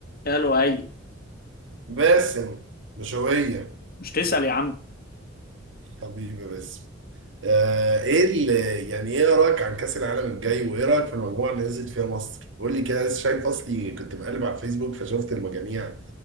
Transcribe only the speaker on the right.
باسم بشوية
حبيبي باسم آه ايه اللي يعني ايه رايك عن كأس العالم الجاي وايه رايك في المجموعة اللي نزلت فيها مصر؟ قول لي كده لسه شايف اصلي كنت بقلب على الفيسبوك فشفت المجاميع